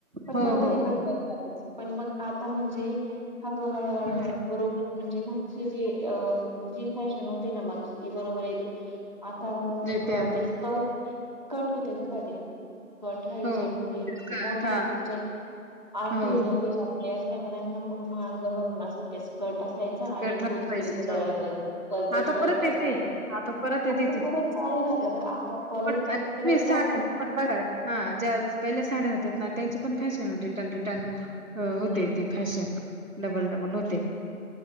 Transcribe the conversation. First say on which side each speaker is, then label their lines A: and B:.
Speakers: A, on the right; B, on the right.
A: पण
B: हो,
A: म त
B: हो,
A: पण
B: हो.
A: पण... आता म्हणजे हळू हळू हळूहळू
B: हं,
A: बरोबर म्हणजे मागचे जे अ... जी फॅशन होती ना मागची. बरोबर आहे तेे... आता
B: येते आता.
A: ते स्कट स्कट होते बघ ते... कटराहायचे
B: हो.
A: मुलींची
B: स्कर्ट
A: मोठ्या मुलींची
B: हां,
A: मोठा म्हणजे आठवी
B: हो.
A: नववी जा... असल्याकडना पूर्ण अंग भरून असते स्कर्ट असायच
B: स्कर्ट
A: आणि फुल
B: असायचे.
A: स्लीवज...
B: हो.
A: वरचा
B: आता
A: शर्ट
B: परत येतंय
A: अस खर
B: ते. आता परत येते
A: तर परत चालेल आता कॉलेज..
B: आम्ही
A: गिराईक
B: साड्या
A: वापरत
B: पण बघा हा ज्या पहिल्या साड्या होत.. त्यांची पण फॅशन रिटन रिटर्न होते ती फॅशन... डबल डबल होते.